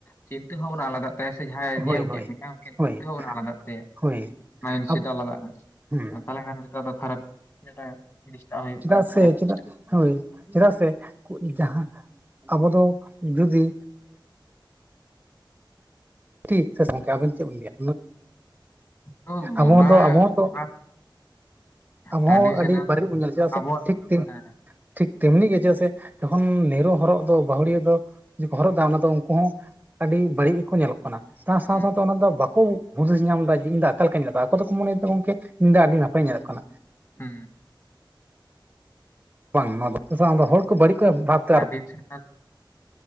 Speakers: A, on the left; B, on the right.
A: ᱪᱤᱱᱛᱟᱹ ᱵᱷᱟᱵᱽᱱᱟ ᱟᱞᱟᱫᱟᱜ ᱛᱟᱭᱟ ᱥᱮ ᱡᱟᱦᱟᱸᱭ
B: ᱦᱳᱭ
A: ᱧᱮᱞ
B: ᱦᱳᱭ
A: ᱠᱮᱜ ᱢᱤᱠᱷᱟᱱ
B: ᱦᱳᱭ
A: ᱪᱤᱱᱛᱟᱹ ᱵᱷᱟᱵᱽᱱᱟ ᱟᱞᱟᱫᱟᱜ ᱛᱟᱭᱟ᱾
B: ᱦᱳᱭ
A: ᱢᱟᱭᱤᱱᱰ
B: ᱟᱵᱚ
A: ᱥᱮᱰ ᱟᱞᱟᱫᱟᱜᱼᱟ᱾
B: ᱦᱩᱸ
A: ᱛᱟᱦᱞᱮ ᱠᱷᱟᱱ ᱜᱤᱛᱚ ᱫᱚ ᱠᱷᱟᱨᱟᱯ ᱢᱤᱫᱴᱟᱝ ᱡᱤᱱᱤᱥᱴᱟᱜ ᱦᱳᱭᱳᱜ
B: ᱪᱮᱫᱟᱜ
A: ᱠᱟᱱᱟ
B: ᱥᱮ
A: ᱠᱷᱟᱨᱟᱯ ᱡᱤᱱᱤᱥᱴᱟᱜ
B: ᱪᱮᱫᱟᱜ ᱦᱳᱭ ᱪᱮᱫᱟᱜ ᱥᱮ ᱡᱟᱦᱟᱸ ᱟᱵᱚ ᱫᱚ ᱡᱩᱫᱤ ᱴᱤ ᱜᱚᱝᱠᱮ ᱟᱵᱮᱱ ᱪᱮᱫ ᱵᱮᱱ ᱞᱮᱭᱟ
A: ᱛᱚ
B: ᱟᱵᱚᱦᱚᱸ
A: ᱚᱱᱟ
B: ᱛᱚ ᱟᱵᱚᱦᱚᱸᱛᱚ
A: ᱚᱱᱟ
B: ᱟᱵᱚ
A: ᱴᱨᱟᱰᱤᱥᱚᱱᱟᱞ
B: ᱦᱚᱸ ᱟᱹᱰᱤ ᱯᱟᱹᱲᱤᱡ ᱵᱚᱱ ᱧᱮᱞᱟ ᱪᱮᱫᱟᱜ ᱥᱮ
A: ᱟᱵᱚᱣᱟᱜ
B: ᱴᱷᱤᱠ ᱴᱷᱤᱠ
A: ᱦᱮᱸ
B: ᱴᱷᱤᱠ ᱛᱮᱢᱱᱤ ᱜᱮ ᱪᱮᱫᱟᱜ ᱥᱮ ᱡᱚᱠᱷᱚᱱ ᱱᱮᱨᱳ ᱦᱚᱨᱚᱜ ᱫᱚ ᱵᱟᱹᱦᱩᱲᱤᱭᱟᱹ ᱫᱚ ᱦᱚᱨᱚᱜ ᱫᱟ ᱚᱱᱟ ᱫᱚ ᱩᱝᱠᱳ ᱦᱚᱸ ᱟᱹᱰᱤ ᱵᱟᱹᱲᱤᱡ ᱜᱮᱠᱚ ᱧᱮᱞᱚᱜ ᱠᱟᱱᱟ ᱛᱟᱣ ᱥᱟᱶ
A: ᱦᱩᱸ
B: ᱥᱟᱶᱛᱮ ᱚᱱᱟ ᱫᱚ ᱵᱟ ᱠᱚ ᱦᱩᱫᱤᱥ ᱧᱟᱢ ᱫᱟ ᱡᱮ ᱤᱧ ᱫᱚ ᱟᱠᱟ ᱞᱮᱠᱟᱧ ᱧᱮᱞ ᱮᱫᱟ ᱟᱠᱚ ᱫᱚᱠᱚ ᱢᱚᱱᱮᱭᱮᱫᱟ ᱜᱚᱝᱠᱮ ᱤᱧ ᱫᱚ ᱟᱹᱰᱤ ᱱᱟᱯᱟᱭᱤᱧ ᱧᱮᱞᱚᱜ ᱠᱟᱱᱟ᱾
A: ᱦᱩᱸ
B: ᱵᱟᱝ ᱚᱱᱟ ᱫᱚ ᱪᱟᱜ ᱥᱮ ᱦᱚᱲ ᱠᱚ ᱵᱟᱹᱲᱤᱡ ᱠᱷ ᱵᱷᱟᱜ <unintelligible>
A: ᱟᱹᱰᱤ ᱡᱷᱟᱠᱟᱥ